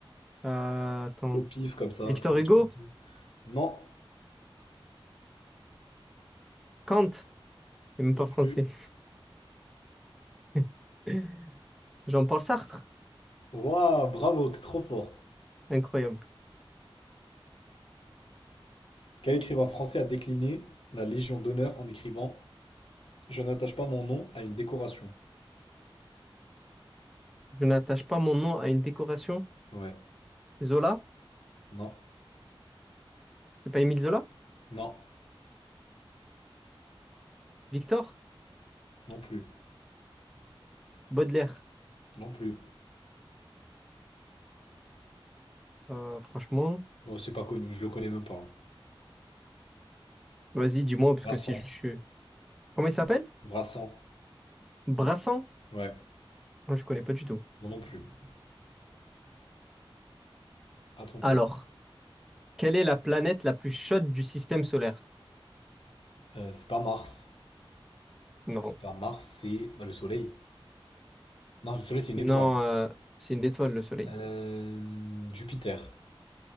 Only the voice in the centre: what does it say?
Euh, attends.
Victor
Hugo?
Kant? Il est même
pas
français. <laughs> Jean-Paul Sartre?
Incroyable.
Je n'attache pas mon nom à une décoration.
Zola?
C'est pas Émile Zola?
Victor?
Baudelaire?
Euh, franchement,
vas-y, dis-moi, parce
que si je le suis. Comment il s'appelle?
Brassan?
Moi, je connais pas du tout.
Alors, quelle est la planète la plus chaude du système solaire?
Non.
Non,
euh, c'est une étoile, le Soleil.